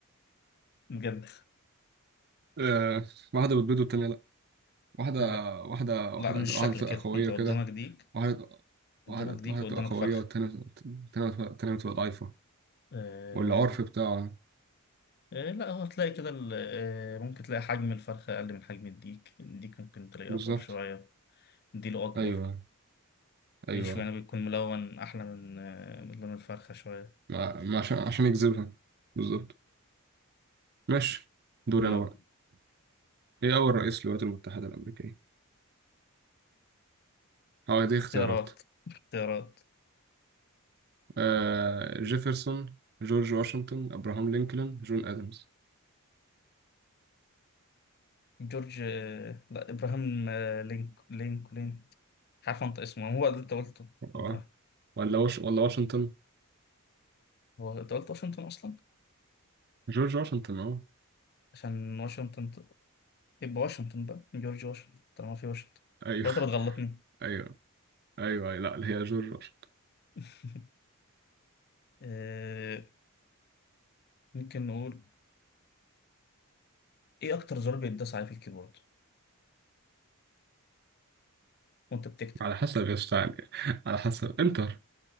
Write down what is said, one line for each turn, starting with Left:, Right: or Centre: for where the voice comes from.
Left: بجد
Right: أه واحدة بتبيض والتانية لأ واحدة
Left: آه،
Right: واحدة واحدة
Left: لا مش
Right: واحدة
Left: شكل
Right: تبقى
Left: كده
Right: قوية
Left: انت قدامك
Right: كده
Left: ديك
Right: واحدة
Left: قدامك
Right: واحدة
Left: ديك
Right: واحدة
Left: وقدامك
Right: تبقى قوية
Left: فرخة
Right: والتانية التانية بتبقى التانية بتبقى ضعيفة
Left: آه،
Right: والعرف بتاعه ده.
Left: آه، لا هو تلاقي كده ال- آه، ممكن تلاقي حجم الفرخة أقل من حجم الديك الديك ممكن تلاقيه
Right: بالظبط
Left: أطول شوية ديله أكبر
Right: أيوه أيوه
Left: ريشه يعني بيكون ملون أحلى من آه، من لون الفرخة شوية
Right: ما ما عشان عشان يجذبها بالظبط ماشي دوري
Left: مم.
Right: أنا بقى ايه اول رئيس للولايات المتحدة الامريكية اه دي
Left: اختيارات
Right: اختيارات
Left: اختيارات
Right: آه جيفرسون جورج واشنطن ابراهام لينكولن جون ادمز
Left: جورج آه، لا إبراهام آه، لينك لينك لين مش عارف أنطق اسمه هو اللي أنت قلته
Right: اه
Left: إبراهام
Right: ولا وش... ولا واشنطن
Left: هو أنت قلت واشنطن أصلا
Right: جورج واشنطن اه
Left: عشان واشنطن ت- يبقى واشنطن بقى جورج واشنطن طالما في واشنطن
Right: ايوه
Left: ولا انت
Right: <laughs>
Left: بتغلطني
Right: ايوه ايوه أيوة. لا هي جورج واشنطن
Left: <laughs> آه، ممكن نقول ايه اكتر زرار بيتداس عليه في الكيبورد وانت بتكتب
Right: على حسب يا اسطى يعني على حسب انتر